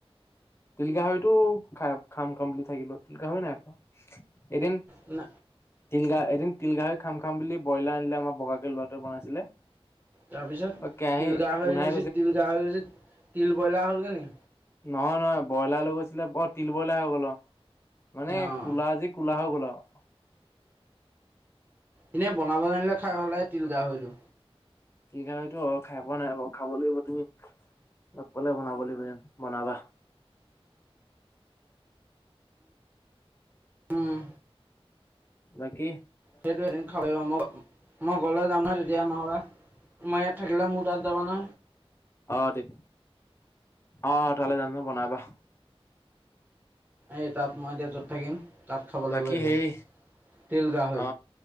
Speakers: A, on the left; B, on the right.
A: টিলকাাহৰিতো খ খাম কমপ্লিট থাকিলো টিলকাাহ নাইখাওঁ এদিন
B: ন
A: তিল গা এদিন তিল গাহৰি খাম খাম বুলি ব্ৰইলাৰ আনিলে আমাৰ বগাকে ল'ৰাোৱে বনাইছিলে
B: তাৰপিছত
A: অ কেৰাহী
B: তিল গা
A: গোন্ধাই
B: হৈ গৈছে তিল গা হৈ গৈছে তিল ব্ৰইলাৰ হ'লগৈ নি
A: নহয় নহয় ব্ৰইলাৰ লৈ গৈছিলে বৰ তিল ব্ৰইলাৰ হৈ গল মানে
B: অঁ
A: কলা যি কোলাহ হৈ গ'ল আৰু
B: এনে বনাব জানিলে খাই ভাল লাগে তিল গাহৰিটো
A: কিতো খাই পোৱা নাই ব খাব লাগিব তুমি লগ পালে বনাব লাগিব বনাবা
B: উম
A: বাকি
B: সেইটো এদিন খাল মই মই গ'লে যাম নহয় তেতিয়া নহ'লো মই ইয়াত থাকিলে মোৰ তাত যাবা নয়
A: আহ তে অ তাললে যাম ন বনাবা
B: এই তাত মই এতিয়া য'ত থাকিম তাত খাবলৈ
A: বাকী
B: গৈ যে
A: সেই
B: তিল গাহৈ
A: অ